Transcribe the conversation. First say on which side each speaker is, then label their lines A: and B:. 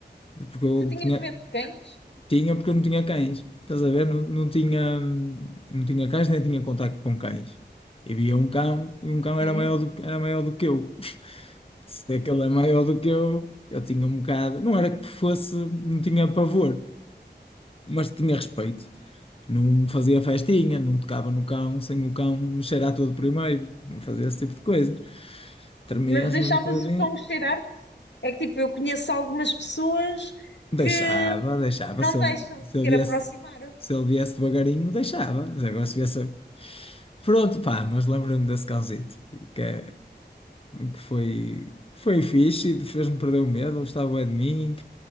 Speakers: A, on the left; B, on the left.
A: Porque eu
B: Tu tinhas
A: tinha,
B: medo de cães?
A: tinha porque eu não tinha cães. Estás a ver? Não, não tinha, não tinha cães, nem tinha contacto com cães. E via um cão, e um cão era
B: Ok.
A: maior do, que- era maior do que eu. <laughs> Se aquele é maior do que eu, eu tinha um bocado. Não era que fosse, não tinha pavor, mas tinha respeito. Não fazia festinha, não tocava no cão sem o cão me cheirar todo primeiro, não fazia esse tipo de coisas. Tremia
B: Mas
A: assim
B: deixavas
A: um bocadinho.
B: o cão cheirar-te? É que tipo, eu conheço algumas pessoas
A: Deixava,
B: que
A: deixava.
B: não
A: Se ele,
B: deixam
A: se
B: sequer
A: ele viesse,
B: aproximar.
A: se ele viesse devagarinho, deixava. Mas Agora se viesse. Pronto, pá, mas lembrei-me desse cãozito, que, é- que foi, foi fixe, fez-me perder o medo, gostava bué de mim,